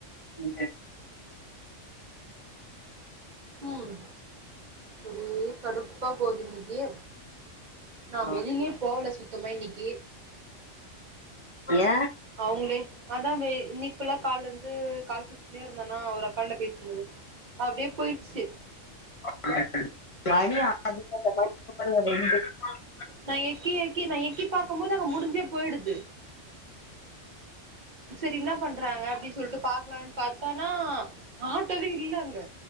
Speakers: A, on the left; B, on the right.
A: உங்கே
B: ம் அப்டியே கடுப்பா போது இன்னிக்கி நா
A: ஆ
B: வெளிலியே போவல சுத்தமா இன்னிக்கி
A: ஏ
B: அவங்களே அதா இன்னைக்குள்ளா கால் இருந்து கால் இருந்தனா ஒரு அக்காட்ட பேசிட்டிருந்தனா அப்டியே போயிச்சு
A: <inaudible>
B: நா எக்கி எக்கி நா எக்கி பாக்குபோது அங்க முடிஞ்சே போயிடுது செரி என்ன பண்றாங்க அப்டின்னு சொல்லிட்டு பாக்கலான்னு பாத்தானா ஆட்டோவே இல்ல அங்க